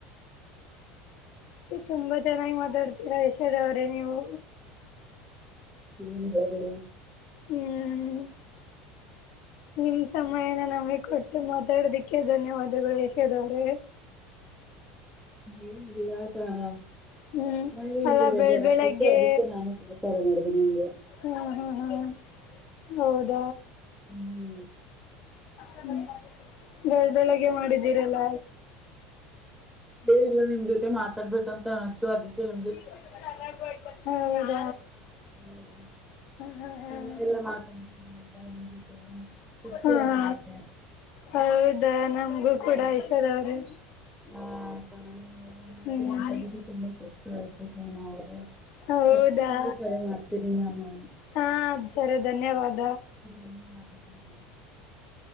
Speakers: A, on the left; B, in the centre.
A: ಮತ್ತೆ ತುಂಬಾ ಚೆನ್ನಾಗಿ ಮಾತಾಡ್ತೀರಾ ಯಶಾದ ಅವ್ರೇ ನೀವು.
B: ಹ್ಮ ಹ ಬಿಡೆ.
A: ಹ್ಮ್.
B: <inaudible>
A: ನಿಮ ಸಮಯನ ನಮಗೆ ಕೊಟ್ಟು ಮಾತಾಡದಿಕ್ಕೆ ಧನ್ಯವಾದಗಳು ಯಶೋದವರೇ.
B: ಏನಿಲ್ಲ ಎಲ್ಲಾ ಚಾನ.
A: ಹ್ಮ್
B: ಒಂದು ಹಿಂಗೆ
A: ಅಲ್ಲ
B: ಬೇಜಾರ
A: ಬೆಳ್ ಬೆಳಗ್ಗೆ
B: ಆಕತಿತ್ತು ಅದಕ್ಕೆ ನಾನು ರಿಫರ್ ಮಾಡಿದೆೇನ ನಿಂಗೆ.
A: ಹ್ಮ ಹ್ಮ್ಮ್ ಹ್ಮ್ಮ್ ಹೌದ.
B: ಹ್ಮ್
A: ಹ್ಮ ಬೆಳ ಬೆಳಗೆ ಮಾಡಿದ್ದೀರಲ್ಲ.
B: ಏನಿಲ್ಲ ನಿಮ್ ಜೊತೆ ಮಾತಾಡ ಬೇಕು ಅಂತ ಅನಸ್ತು ಅದಕ್ಕೆ ನಿಮ್.
A: <unintelligible> ಹೌದ.
B: ಹ್ಮ್
A: ಹಾ ಹಾ
B: ನಿನ್ನೆ ಎಲ್ಲ ಮಾತಾಡ್ತೀನಿ ಅಲ್ವಾ ನಿಮಗೆ. ಕುಸಿ
A: ಹಾ
B: ಆಯ್ತು ನನಗೆ
A: ಹೌದಾ ನಮಗೂ
B: <unintelligible>
A: ಕೂಡ ಯಶೋದ ಅವ್ರೆ
B: ಹಾ ಸಾನ ನಿನ್ ಜೊತೆ
A: ಹ್ಮ್
B: ಮಾತಾಡಿದು ತುಂಬಾ ಖುಶಿ ಆಯ್ತು ಸಾನ ಅವ.
A: ಹೌದಾ
B: ಮತ್ತೆ ನಿಮಗೆ ಕರೆ ಮಾಡ್ತೀನಿ ನಾನು.
A: ಹಾ ಸರಿ ಧನ್ಯವಾದ.
B: <unintelligible>